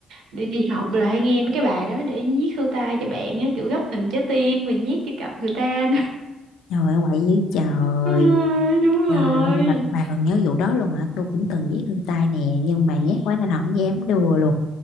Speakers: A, on the right; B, on the left.
A: đi đi học là hay nghe mấy cái bài đó để viết thư tay cho bạn á, kiểu gấp hình trái tim rồi nhét cho cặp người ta.
B: Trời ơi quậy dữ trời.
A: <laughs> Ừ, đúng rồi.
B: Trời ơi, bà, bà còn nhớ vụ đó luôn hả? Tôi cũng từng viết thư tay nè, nhưng mà nhát quá nên không dám đưa luôn.